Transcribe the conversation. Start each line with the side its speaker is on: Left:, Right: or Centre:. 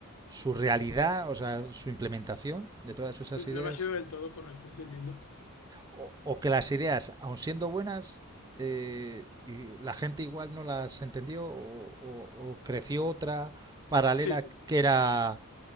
Right: su realidad, o sea, su implementación de todas esas
Left: No
Right: ideas,
Left: no me ha sido del todo correcto, estoy entiendo.
Right: o, o que las ideas, aun siendo buenas, eh, y la gente igual no las entendió o, o- o creció otra paralela
Left: Sí, sí.
Right: que era